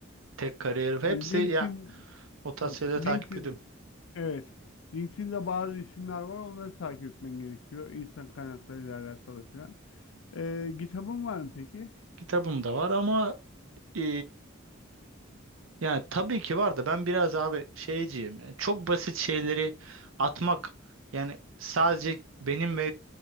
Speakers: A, on the right; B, on the left.
A: Tek kariyer. Hepsi
B: Yani LinkedIn
A: ya o tarz şeyleri
B: LinkedIn
A: takip ediyorum.
B: Evet. LinkedIn'de bazı isimler var. Onları takip etmen gerekiyor. İnsan kaynaklarıyla alakalı falan. Ee, kitabın var mı peki?
A: Kitabım da var ama e, yani tabii ki var da ben biraz abi şeyciyim. Yani çok basit şeyleri atmak yani sadece benim ve